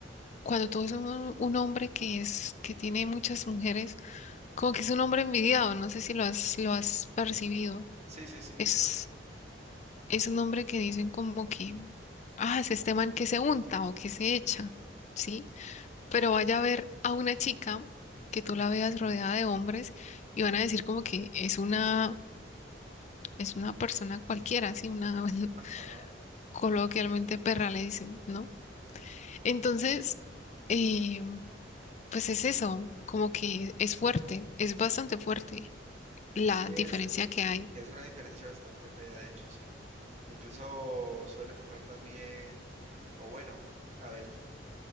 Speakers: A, on the left (about 40°); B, on the right (about 35°).
A: cuando tú ves un, un hombre que es, que tiene muchas mujeres, Como que es un hombre envidiado, no sé si lo has, lo has percibido.
B: Sí, sí, sí,
A: Es,
B: exacto.
A: es un hombre que dicen como que, ah, es este man que se unta o que se echa, ¿sí? Pero vaya a ver a una chica que tú la veas rodeada de hombres y van a decir como que es una, es una persona cualquiera, ¿sí? Una, <laughs>
B: Ajá.
A: coloquialmente perra le dicen, ¿no? Entonces, eh, pues es eso, como que es fuerte, es bastante fuerte la
B: Sí, es,
A: diferencia que hay.
B: es una diferencia bastante fea, de hecho, sí. Que incluso suele pasar también, o bueno, a ver.